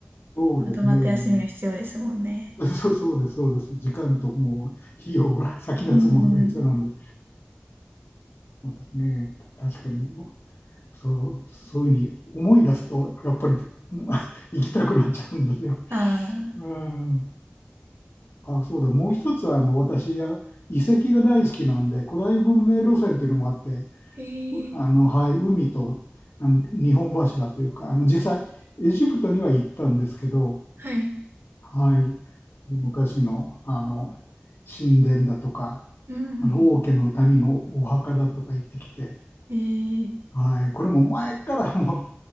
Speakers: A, on the left; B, on the right.
A: そうですね。
B: まとまった休みが必要ですもんね。
A: <laughs> そうそうです、そうです。時間ともう費用が先立つものが一緒なんで、
B: うん。
A: そうですね。た確かに。そう、そういうふうに思い出すと、やっぱり <laughs> 行きたくなっちゃうんだね。
B: ああ、
A: うん。あ、そうだ。もう一つは、あの、私は遺跡が大好きなんで、古代文明路線というのもあって、
B: ええ
A: あの、はい、海と、あの、日本柱というか、あの、実際、エジプトには行ったんですけど、
B: はい。
A: はい、昔の、あの、神殿だとか、
B: うん。
A: あの、王家の谷のお墓だとか行ってきて、
B: ええ
A: はい、これも前からも